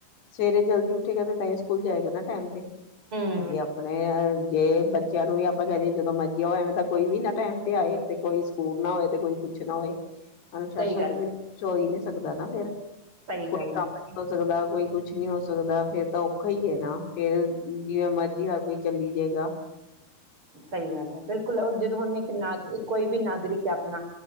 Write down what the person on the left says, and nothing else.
ਸਵੇਰੇ ਜਲਦੀ ਉਠੇਗਾ ਤੇ ਤਾਂ ਸਕੂਲ ਜਾਏਗਾ ਨਾ ਟਾਈਮ ਤੇ।
ਜੀ ਆਪਣੇ ਜੇ ਬੱਚਿਆਂ ਨੂੰ ਵੀ ਆਪਾਂ ਕਹਿ ਦਏ ਜਦੋਂ ਮਰਜੀ ਹੋਇਆਵੇਂ ਤਾਂ ਕੋਈ ਵੀ ਨਾ ਟਾਈਮ ਤੇ ਆਏ ਤੇ ਕੋਈ ਸਕੂਲ ਨਾ ਹੋਏ ਤੇ ਕੋਈ ਕੁਛ ਨਾ ਹੋਏ ਮਾਨੁਤੋਂ
ਬ ਕੁਚ ਹੋਈ ਨਹੀਂ ਸਕਦਾ ਨਾ ਫੇਰ
ਕੋਈ
ਕੰਮ ਨੀ ਹੋ ਸਕਦਾ। ਕੋਈ ਕੁਛ ਨੀ ਹੋ ਸਕਦਾ ਫੇਰ ਤਾਂ ਔਖਾ ਹੀ ਹੈ ਨਾ, ਫੇਰ ਜਿਵੇਂ ਮਰਜੀ ਹਰ ਕੋਈ ਚੱਲੀ ਜਾਏਗਾ।